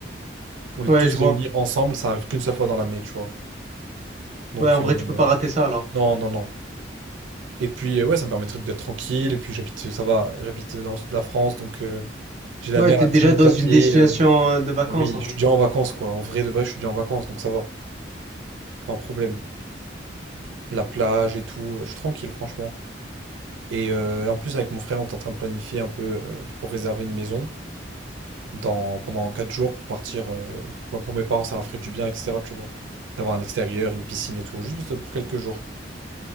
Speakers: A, on the right; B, on the right.
A: On est
B: Ouais,
A: tous
B: je vois.
A: réunis ensemble, ça arrive qu'une seule fois dans l'année, tu vois. Donc,
B: Ouais, en vrai,
A: euh,
B: tu peux pas rater ça, alors.
A: non, non, non. Et puis, euh, ouais, ça me permettrait d'être tranquille. Et puis, j'habite, ça va, j'habite dans le sud de la France, donc... euh, j'ai la
B: Ouais,
A: mer
B: t'es
A: à
B: déjà
A: 10 minutes
B: dans
A: à
B: une
A: pied.
B: destination
A: euh,
B: euh, de vacances,
A: Bah Oui,
B: en vrai.
A: je suis déjà en vacances, quoi. En vrai de vrai, je suis déjà en vacances, donc ça va. Pas un problème. La plage et tout, euh, je suis tranquille, franchement. Et euh, en plus, avec mon frère, on est en train de planifier un peu euh, pour réserver une maison dans, pendant 4 jours pour partir. euh, moi, pour mes parents, ça leur ferait du bien, etc. Tu vois. D'avoir un extérieur, une piscine et tout, juste pour quelques jours.